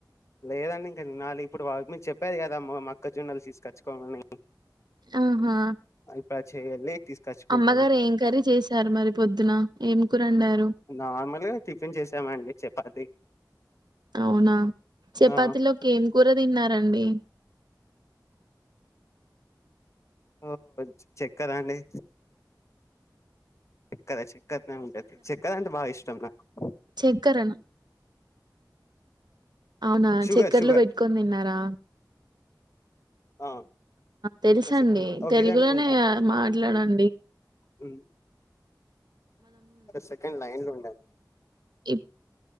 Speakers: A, on the left; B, on the right.
A: లేదండి ఇంకా తినాలి ఇప్పుడు వాళ్ళ మీద చెప్పారు కదా మా మ మోక్కజొన్నలు తీసుకొచ్చుకోవాలని
B: ఆహా
A: <unintelligible> తీసుకచ్చుకుంటాము
B: అమ్మగారు ఏం కర్రీ చేశారు మరి పొద్దున ఏం కూరండారు
A: నార్మల్గా టిఫిన్ చేసామండి చపాతి
B: అవునా చపాతిలోకి
A: ఆ
B: ఏం కూర తిన్నార బి
A: ఓ చెక్కరా అండి ఇక్కడ చే చక్కనే ఉంటది చెక్కద అంట బా ఇష్టం <unintelligible>
B: చక్కరణ అవునా
A: షుగర్
B: చక్కెర్లో
A: షుగర్
B: పెట్టుకొని తిన్నారా
A: ఆ
B: తెలుస
A: ఒక సెకండ్
B: అండి
A: ఓ
B: తెలుగులోనే
A: గిదే అనుకుంటా
B: కదా మాట్లాడండి
A: మ్మ్ సెకండ్ లన్లో
B: ఇ